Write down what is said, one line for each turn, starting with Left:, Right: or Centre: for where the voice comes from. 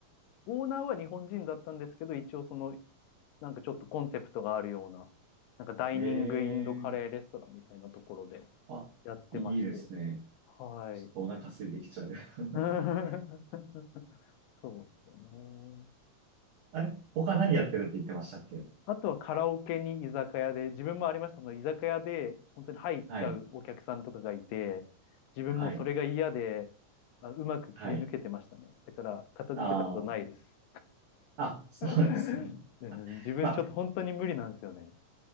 Left: オーナーは日本人だったんですけど、一応その、なんかちょっとコンセプトがあるような、なんかダイニングインドカレーレストランみたいなところで
Right: えー、あ、
Left: やってまして。
Right: いいですね。
Left: はい。
Right: ちょっとお腹空いてきちゃう。<laughs>
Left: <laughs> そうですよね。
Right: あれ他何やってるって言ってましたっけ
Left: あとはカラオケに居酒屋で、自分もありました、その居酒屋で本当に入っちゃうお客さんとかがいて、
Right: はい。
Left: 自分もそれが嫌で、
Right: はい。
Left: あ、うまく切り抜けてましたね。
Right: はい。
Left: だから片付けたことないです。
Right: ああ。あ、そうなんですね。
Left: <laughs> うん自分ちょっと本当に無理なんですよね。
Right: あ、